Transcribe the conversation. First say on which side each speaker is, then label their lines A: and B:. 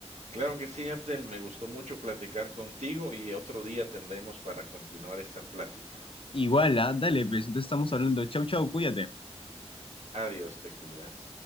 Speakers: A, on the right; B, on the left.
A: Claro que sí, Abdel. Me gustó mucho platicar contigo y otro día tendremos para continuar esta plática.
B: Igual, ¿ah? Dale, pues entonces estamos hablando. Chau, chau, cuídate.
A: Adiós, te cuidas.